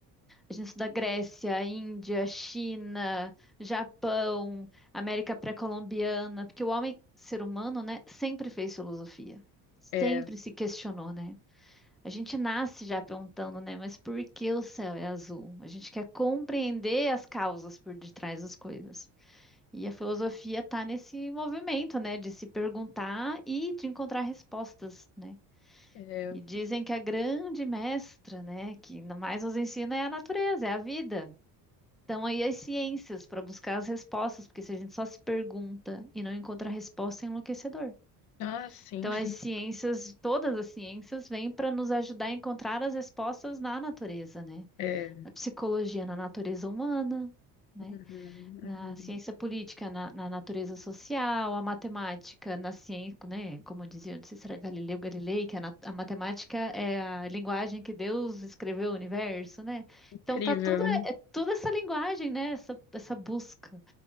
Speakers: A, in the centre; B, on the left (about 65°).
A: a gente estuda Grécia, Índia, China, Japão, América pré-colombiana, porque o homem, ser humano, né, sempre fez filosofia, sempre
B: É,
A: se questionou, né? A gente nasce já perguntando, né? Mas por que o céu é azul? A gente quer compreender as causas por detrás das coisas. E a filosofia está nesse movimento, né? De se perguntar e de encontrar respostas, né?
B: é...
A: E dizem que a grande mestra, né? Que mais nos ensina é a natureza, é a vida. Então aí as ciências para buscar as respostas, porque se a gente só se pergunta e não encontra resposta, é enlouquecedor.
B: Ah, sim.
A: Então,
B: <laughs>
A: as ciências, todas as ciências, vêm para nos ajudar a encontrar as respostas na natureza, né?
B: É.
A: Na psicologia, na natureza humana, né?
B: Uhum,
A: Na
B: uhum.
A: ciência política, na, na natureza social, a matemática, na ciência, né? Como dizia, não sei se era Galileu Galilei, que a, nat- a matemática é a linguagem que Deus escreveu o universo, né?
B: Incrível.
A: Então, tá tudo, é, é toda essa linguagem, né? Essa, essa busca.